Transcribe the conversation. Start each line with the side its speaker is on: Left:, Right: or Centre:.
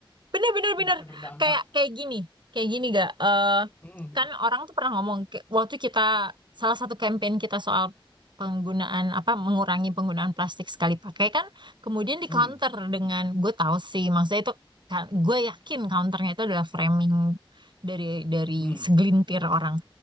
Right: bener bener
Left: bisa
Right: bener
Left: berdampak
Right: kayak kayak gini kayak gini gak Eh
Left: Mm,
Right: kan orang tuh pernah ngomong kayak waktu kita salah satu campaign kita soal penggunaan apa mengurangi penggunaan plastik sekali pakai kan kemudian di
Left: mm,
Right: counter dengan gue tahu sih maksudnya itu ka- gue yakin counternya itu adalah framing dari dari
Left: mm,
Right: segelintir orang